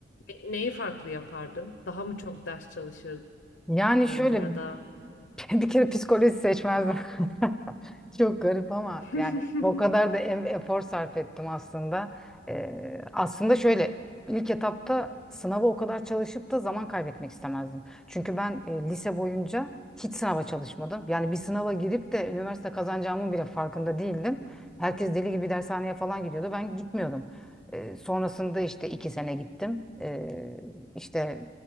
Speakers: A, on the left; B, in the centre.
A: ne- neyi farklı yapardın? Daha mı çok ders çalışırdın
B: Yani şöyle
A: ya da
B: <laughs> Bir kere psikoloji seçmezdim. <laughs> Çok garip ama
A: <laughs>
B: yani o kadar da em- efor sarf ettim aslında. Ee, aslında şöyle ilk etapta sınava o kadar çalışıp da zaman kaybetmek istemezdim. Çünkü ben e, lise boyunca hiç sınava çalışmadım. Yani bir sınava girip de üniversite kazanacağımın bile farkında değildim. Herkes deli gibi dershaneye falan gidiyordu. Ben gitmiyordum. Ee, sonrasında işte iki sene gittim. Ee, işte